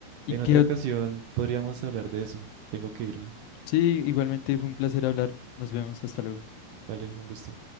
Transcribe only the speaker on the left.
Y
que
sí, igualmente fue un placer hablar. Nos vemos, hasta luego.